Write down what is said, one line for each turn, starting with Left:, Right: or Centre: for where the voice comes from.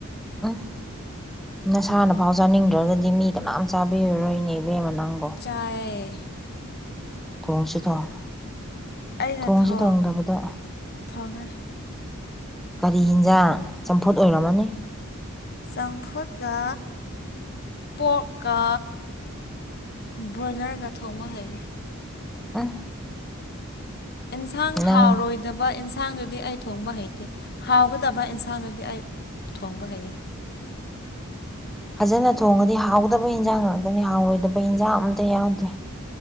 Centre: ꯎꯝ ꯅꯁꯥꯅ ꯐꯥꯎ ꯆꯥꯅꯤꯡꯗ꯭ꯔꯒꯗꯤ ꯃꯤ ꯀꯅꯥꯝ ꯆꯥꯕꯤꯔꯔꯣꯏꯅꯦ ꯏꯕꯦꯝꯃ ꯅꯪꯕꯣ
Left: ꯌꯥꯏꯌꯦ
Centre: ꯊꯣꯡꯁꯤ ꯊꯣꯡ
Left: ꯑꯩꯅ
Centre: ꯊꯣꯡꯁꯤ
Left: ꯊꯣꯡ
Centre: ꯊꯣꯡꯗꯕꯗ
Left: ꯊꯣꯡꯉꯦ
Centre: ꯀꯔꯤ ꯍꯤꯟꯖꯥꯡ ꯆꯝꯐꯨꯠ ꯑꯣꯏꯔꯝꯃꯅꯤ
Left: ꯆꯝꯐꯨꯠꯒ ꯄꯣꯛꯀ ꯕ꯭ꯔꯣꯏꯂꯔꯒ ꯊꯣꯡꯕ ꯍꯩ
Centre: <unintelligible>
Left: ꯑꯦꯟꯁꯥꯡ
Centre: ꯅꯪ
Left: ꯍꯥꯎꯔꯣꯏ ꯗꯕ ꯏꯟꯁꯥꯡꯗꯨꯗꯤ ꯑꯩ ꯊꯣꯡꯕ ꯍꯩꯇꯦ ꯍꯥꯎꯒꯗꯕ ꯏꯟꯁꯥꯡꯗꯨꯗꯤ ꯑꯩ ꯊꯣꯡꯕ ꯍꯩꯌꯦ
Centre: ꯐꯖꯅ ꯊꯣꯡꯉꯗꯤ ꯍꯥꯎꯒꯗꯕ ꯏꯟꯖꯥꯡ ꯉꯥꯛꯇꯅꯤ ꯍꯥꯎꯔꯣꯏꯗꯕ ꯏꯟꯖꯥꯡ ꯑꯝꯇ ꯌꯥꯎꯗꯦ